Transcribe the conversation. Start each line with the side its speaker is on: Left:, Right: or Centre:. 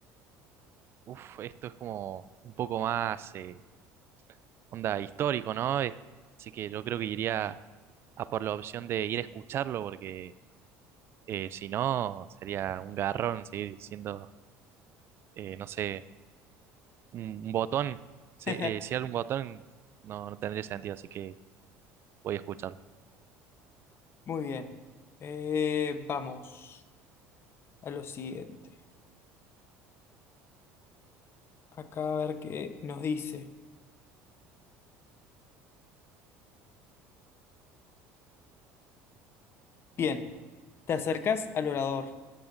Right: Uf, esto es como un poco más eh, onda histórico, ¿no? Eh, así que yo creo que iría a por la opción de ir a escucharlo, porque eh, si no, sería un garrón seguir siendo, eh, no sé, un, un botón. Si,
Left: <laughs>
Right: eh, si era un botón, no, no tendría sentido, así que voy a escucharlo.
Left: Muy bien. Eh, vamos a lo siguiente. Acá a ver qué nos dice. Bien, te acercás al orador.